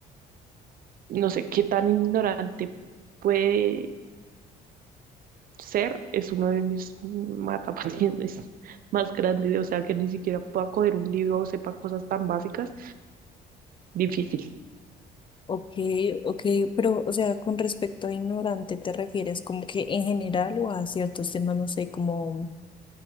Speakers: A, on the right; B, on the left.
A: no sé qué tan ignorante puede ser es uno de mis matapasiones <laughs> más grandes, o sea, que ni siquiera pueda coger un libro o sepa cosas tan básicas, difícil
B: Ok, ok, pero, o sea, con respecto a ignorante, ¿te refieres como que en general o a ciertos temas, no sé, como,